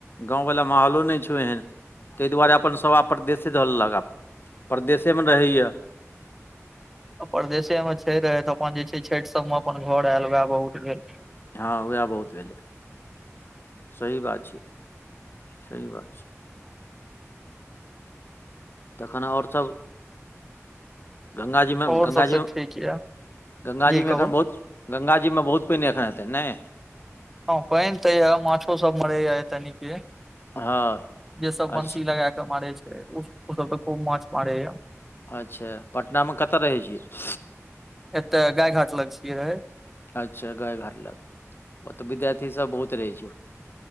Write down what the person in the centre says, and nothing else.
परदेशेमे छै रहथिल तऽ अपन जे छै छैठ सभमे अपन घर आयल उएह बहुत भे
और
सब तऽ ठीक ये
जी कहू
हँ पैन तै मछो सब मै आय तनिक
जे सब बंसी
लगाक मारे छै ओ सब त खूब माछ मारे
एते गाय घाट लग छियै र